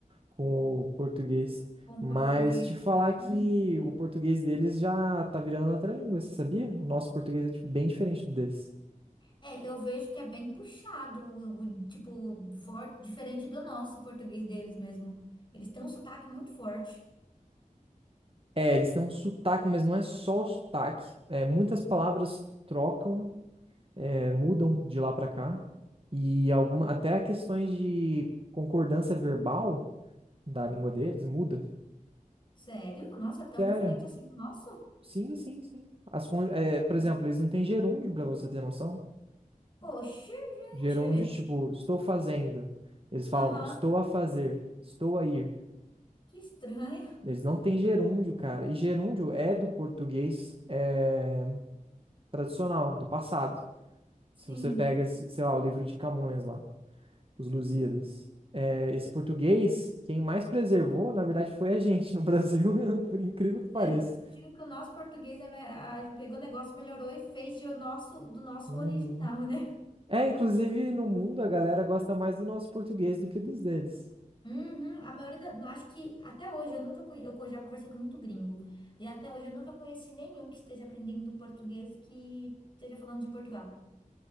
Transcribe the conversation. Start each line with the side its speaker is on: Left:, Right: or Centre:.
Right: com o português.
Left: com o
Right: Mas
Left: português,
Right: te falar
Left: exatamente.
Right: que o português deles já tá virando outra língua, você sabia? O nosso português é di- bem diferente do deles.
Left: É, eu vejo que é bem puxado, o, o tipo, forte, diferente do nosso português deles mesmo. Eles têm um sotaque muito forte.
Right: É, eles têm um sotaque, mas não é só o sotaque. É, muitas palavras trocam, é, mudam de lá pra cá. E alguma,
Left: Caramba.
Right: até questões de concordância verbal da língua deles muda.
Left: Sério? Nossa, é tão
Right: Sério?
Left: diferente assim do nosso?
Right: Sim, sim, sim. As, con-
Left: Caramba.
Right: é, por exemplo, eles não têm gerúndio, pra você ter noção.
Left: Poxa,
Right: Gerúndios,
Left: gente.
Right: tipo, estou fazendo. Eles falam,
Left: Aham,
Right: estou a fazer, estou a ir.
Left: que estranho.
Right: Eles não têm gerúndio, cara. E gerúndio é do português é, tradicional, do passado.
Left: Sim.
Right: Se você pega, se- sei lá, o livro de Camões lá, os Lusíadas. É, esse português, quem mais preservou, na verdade, foi a gente no Brasil, <laughs> por incrível que pareça.
Left: É, por isso que eu digo que o nosso português, é, me- a gente pegou o negócio, melhorou e fez de o nosso, do nosso
Right: Uhum.
Left: original, né?
Right: É, inclusive no mundo a galera gosta mais do nosso português do que dos deles.
Left: Uhum, a maioria da, não, acho que até hoje eu nunca conhe, eu já conversei com muito gringo. E até hoje eu nunca conheci nenhum que esteja aprendendo português que esteja falando de Portugal.